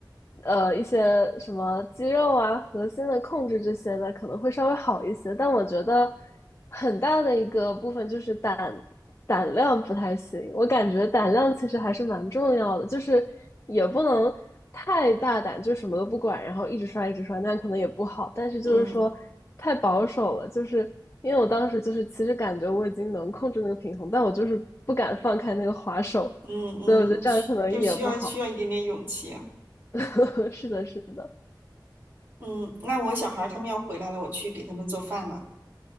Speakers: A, on the left; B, on the right.
A: 呃，一些什么肌肉啊、核心的控制这些的，可能会稍微好一些。但我觉得很大的一个部分就是胆胆量不太行。我感觉胆量其实还是蛮重要的，就是也不能太大胆，就什么都不管，然后一直刷一直刷，那样可能也不好。但是就是说太保守了，
B: 嗯
A: 就是因为我当时就是其实感觉我已经能控制那个平衡，但我就是不敢放开那个滑手。
B: 嗯嗯，
A: 所以我觉得这样可能也不好。
B: 需就需要需要一点点勇气啊。
A: <laughs> 是的，是的。
B: 嗯，那我小孩儿他们要回来了，我去给他们做饭了。